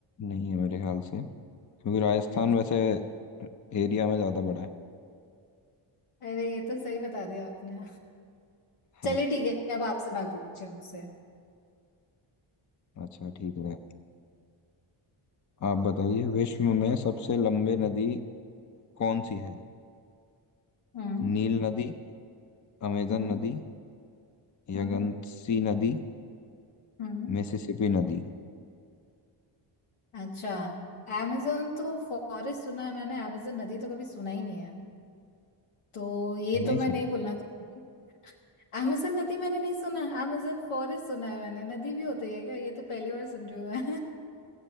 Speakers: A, on the left; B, on the left.
A: नहीं है मेरे ख्याल से क्योंकि राजस्थान
B: अच्छा
A: वैसे एरिया में ज़्यादा बड़ा है
B: अरे ये तो सही बता दिया आपने
A: हाँ
B: चलिए ठीक है अब आप सवाल पूछे मुझसे
A: अच्छा ठीक है आप बताइए विश्व में सबसे लंबे नदी कौन सी है
B: हम्म
A: नील नदी अमेजन
B: हम्म
A: नदी यंगत्सी
B: हम्म
A: नदी
B: हम्म।
A: मिसिसिपी नदी
B: अच्छा amazon तो फॉरेस्ट सुना है मैंने amazon नदी तो कभी सुना ही नहीं है तो ये
A: नहीं
B: तो मैं
A: सुन
B: नहीं बोलना चाहूंगी amazon नदी मैंने नहीं सुना amazon फॉरेस्ट सुना है मैंने नदी भी होती है क्या ये तो पहली बार सुन रही हूँ मैं